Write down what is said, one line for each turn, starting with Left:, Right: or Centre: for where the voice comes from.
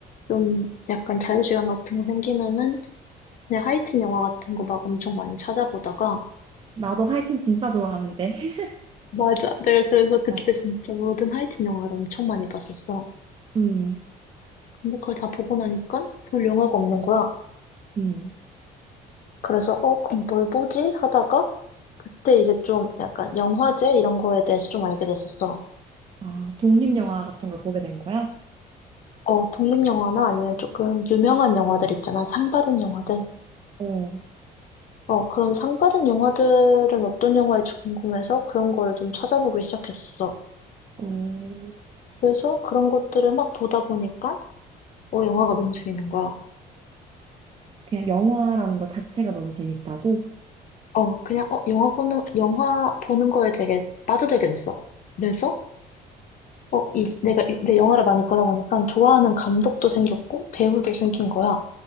Left: 좀 약간 자유시간 같은 거 생기면은 그냥 하이틴 영화 같은 거 막 엄청 많이 찾아보다가
Right: 나도 하이틴 진짜 좋아하는데. <laughs>
Left: 맞아. 내가 그래서 그때
Right: 어.
Left: 진짜 모든 하이틴 영화를 엄청 많이 봤었어.
Right: 음,
Left: 근데 그걸 다 보고 나니까 볼 영화가 없는 거야.
Right: 음.
Left: 그래서 어, 그럼 뭘 보지? 하다가 그때 이제 좀 약간 영화제 이런 거에 대해서 좀 알게 됐었어.
Right: 아, 독립영화 같은 걸 보게 된 거야?
Left: 어, 독립영화나 아니면 조금 유명한 영화들 있잖아. 상 받은 영화들.
Right: 어,
Left: 어, 그런 상 받은 영화들은 어떤 영화인지 궁금해서 그런 거를 좀 찾아보기 시작했었어.
Right: 어.
Left: 그래서 그런 것들을 막 보다 보니까 어, 영화가 너무 재밌는 거야.
Right: 그냥 영화라는 것 자체가 너무 재밌다고?
Left: 어, 그냥, 어, 영화 보는, 영화 보는 거에 되게 빠져들게 됐어. 그래서, 어, 이, 내가 이제 영화를 많이 보다 보니까 좋아하는 감독도 생겼고, 배우도 생긴 거야.